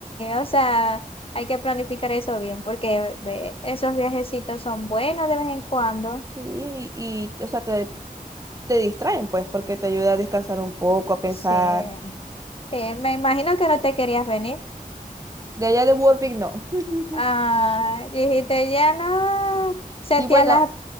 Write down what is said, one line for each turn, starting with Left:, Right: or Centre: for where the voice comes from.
Left: o sea, hay que planificar eso bien, porque ve, esos viajecitos son buenos de vez en cuando.
Right: Sí, y, o sea, te, te distraen, pues, porque te ayuda a descansar un poco, a pensar.
Left: Sí. Sí, me imagino que no te querías venir.
Right: De allá de Warwick, no. <laughs>
Left: Ah, dijiste, ya no. Sentías
Right: Y bueno,
Left: la